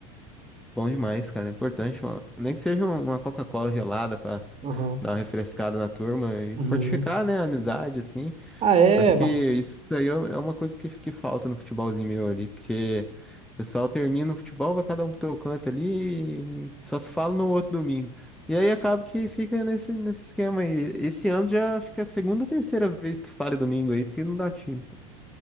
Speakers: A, in the centre; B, on the right (about 35°).
A: Bom demais, cara. É importante, mano. Nem que seja uma Coca-Cola gelada pra
B: Aham.
A: dar uma refrescada na turma e
B: Uhum.
A: fortificar, né, a amizade, assim.
B: Ah, é,
A: Acho que
B: vá.
A: isso aí é é uma coisa que, que falta no futebolzinho meu ali, porque o pessoal termina o futebol, vai cada um pro teu canto ali e só se fala no outro domingo. E aí acaba que fica nesse, nesse esquema aí. Esse ano já acho que é a segunda ou terceira vez que falha domingo aí, porque não dá time.